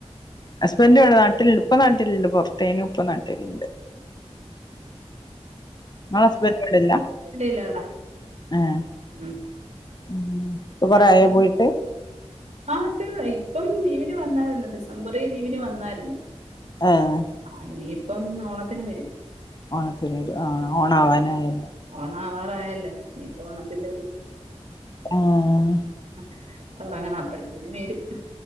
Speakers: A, on the left; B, on the right.
A: ഹസ്ബൻഡ് ഇവിടെ നാട്ടിൽ ഇപ്പ നാട്ടില്ണ്ട് പൊറത്തേനു ഇപ്പം നാട്ടില്ണ്ട് ഇങ്ങള ഹസ്ബൻഡ് ഇവടല്ല
B: വെളിയിലാടാ?
A: ആഹ്
B: ഉം.
A: ഉം ഇപ്പൊ
B: ഞാനും
A: കൊറേ ആയോ പോയിട്ട്
B: ആത് ഇപ്പം ലീവിന് വന്നാര്ന്നു ഡിസംബറി ലീവിന് വന്നാര്ന്നു
A: ഏഹ്
B: ആഹ് ഇനിയിപ്പം ഓണത്തിന് വരും
A: ഓണത്തിന് വരും ആ ഓണാ വാനായല്ലോ
B: ഓണാവാറായല്ലോ ഇഞ്പ്പോ ഓണത്തിന്റെ
A: ആഹ്
B: <unintelligible> തൊടങ്ങണം അപ്പഴ്ത്തിന് വെരും